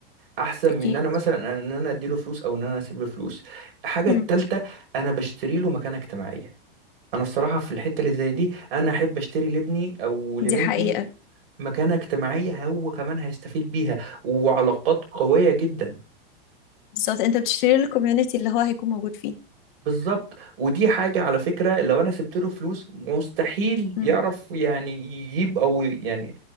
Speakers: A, on the right; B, on the left.
A: احسن
B: اكيد
A: من ان انا مثلا ان انا اديله فلوس او ان انا اسيب له فلوس الحاجة
B: مم.
A: التالتة انا بشتري له مكانة اجتماعية انا الصراحه في الحته اللي زي دي انا احب اشتري لابني او لبنتي
B: دي حقيقة
A: مكانه اجتماعيه هو كمان هيستفيد بيها وعلاقات قويه جدا
B: بالظبط انت بتشتري الكوميونتي اللي هو هيكون موجود فيه
A: بالظبط ودي حاجه على فكره لو انا سبت له فلوس مستحيل
B: امم
A: يعرف يعني يجيب او يعني